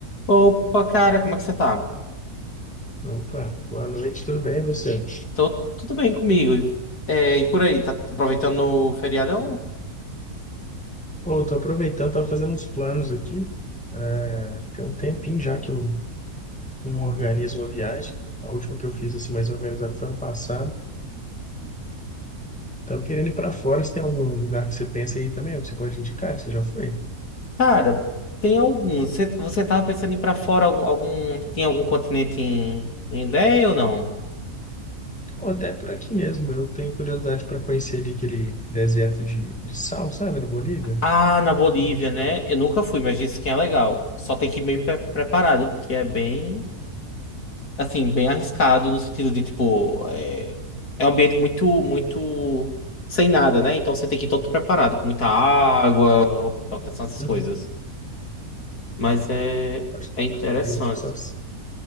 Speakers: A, on the left; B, in the centre.
A: Opa, cara, como é que você tá?
B: Opa, boa noite, tudo bem e você?
A: Tô tudo bem comigo. É, e por aí, tá aproveitando o feriadão?
B: Pô, tô aproveitando, tava fazendo uns planos aqui. É, tem um tempinho já que eu não organizo uma viagem. A última que eu fiz assim mais organizada foi ano passado. Tava querendo ir para fora. Se tem algum lugar que você pensa aí também, que você pode indicar, que você já foi?
A: Cara, tem alguns. Você, você tava pensando em ir pra fora algum, algum- tem algum continente em, em ideia ou não?
B: Ou até por aqui mesmo. Eu tenho curiosidade para conhecer ali aquele deserto de, de sal, sabe, da Bolívia.
A: Ah, na Bolívia,
B: Eu acho.
A: né? Eu nunca fui, mas disse que é legal. Só tem que ir bem pre- preparado, porque é bem, assim, bem arriscado no sentido de, tipo, é, é um ambiente muito, muito sem nada, né? Então você tem que ir todo preparado, com muita água, roupa de proteção, essas
B: Uhum.
A: coisas. Mas é,
B: Acho
A: é
B: que
A: interessante.
B: não, Ali você só,